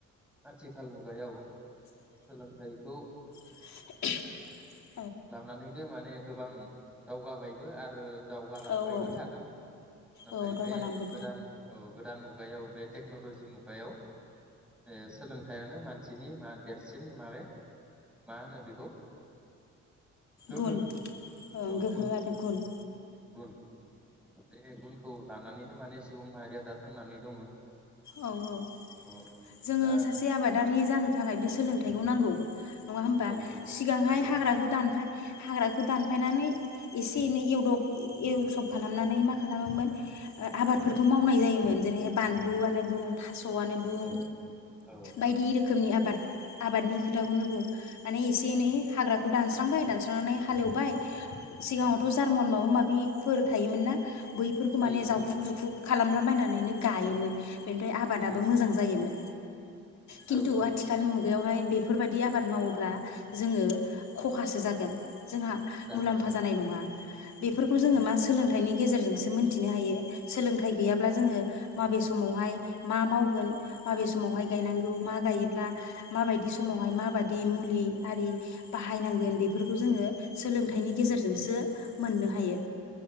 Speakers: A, in the centre; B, on the left (about 65°).
A: आथिखाल मुगायाव सोलोंथाइखौ।
B: <inaudible>
A: लानानैनो मान। माने गोबां दावगाबायबो आरो। दावगालांबायबो
B: औ औ
A: थागोन नाथाय
B: औ दावगालांबाय
A: बे गोदान औ। गोदान मुगायाव बे टेक्न'ल'जि मुगायाव जे सोलोंथाइयानो मानसिनि। मा देरसिन माने मा होनो बेखौ। गोहो
B: गुन ओं
A: औ
B: गोहो
A: गुन
B: आरो गुन।
A: गुन बे गुनखौ लानानैनो माने सुबुं माहारिया दा थांनानै दङ।
B: औ औ
A: औ
B: जोङो
A: दा
B: सासे आबादारि जानो थाखाय बे सोलोंथाइखौ नांगौ। नङा होमबा
A: औ
B: सिगांहाय
A: नांगौ
B: हाग्राखौ दानफाय हाग्राखौ दानफायनानै एसे एनै एवदब एवसब खालामनानै मा खालामोमोन। ओ आबादफोरखौ
A: औ
B: मावनाय जायोमोन। जेरै बानलु आनो <inaudible> थास'आनो बुं
A: औ औ
B: बायदि रोखोमनि आबाद। आबादनि खोथाखौनो बुं माने एसे एनै हाग्राखौ दानस्रांबाय दानस्रांनानै हालेवबाय। सिगाङावथ'
A: औ
B: जार्मन माबा माबि। बिफोर थायोमोन ना। बैफोरखौ
A: थायो
B: माने
A: औ
B: जावखुब जुखुब खालामला बायनानैनो गायोमोन। बेनिफ्राय आबादाबो
A: उम
B: मोजां जायोमोन। खिन्थु
A: औ औ
B: आथिखाल मुगायावहाय बेफोरबायदि आबाद मावोब्ला जोङो खहासो जागोन। जोंहा
A: जागोन
B: मुलाम्फा
A: औ
B: जानाय नङा बेफोरखौ जोङो
A: औ
B: मा सोलोंथाइनि गेजेरजोंसो मोनथिनो हायो सोलोंथाइ गैयाब्ला जोङो माबे समावहाय मा मावगोन माबे समावहाय गायनांगौ मा गायोब्ला माबायदि समावहाय माबायदि मुलि आरि बाहायनांगोन बेफोरखौ जोङो सोलोंथाइनि गेजेरजोंसो मोननो हायो